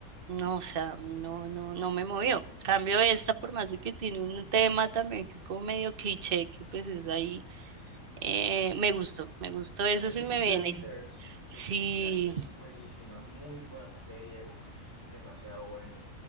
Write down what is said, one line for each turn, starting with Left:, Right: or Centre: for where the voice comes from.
Right: no, o sea, a mí no, no, no me movió. Cambio esta, por más de que tiene un tema también que es como medio cliché, que pues es ahí, eh, me gustó, me gustó esa,
Left: The
Right: sí
Left: Peaky
Right: me viene.
Left: Blinders,
Right: Sí,
Left: The Peaky Blinders, buenísima, muy buena esa serie, uff, demasiado buena.